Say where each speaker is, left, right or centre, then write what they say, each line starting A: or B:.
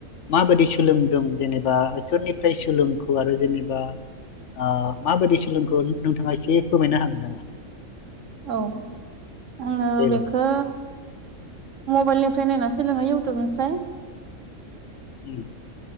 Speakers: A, on the left; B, on the right.
A: माबायदि सोलोंदों जेनेबा सोरनिफ्राय सोलोंखो आरो जेनेबा ओ माबायदि सोलोंखो नोंथाङा एसे फोरमायनो हागोन नामा?
B: औ। आङो
A: देलाय?
B: बेखौ मबाइलनिफ्राय नायना सोलोङो इउटुबनिफ्राय।
A: उम।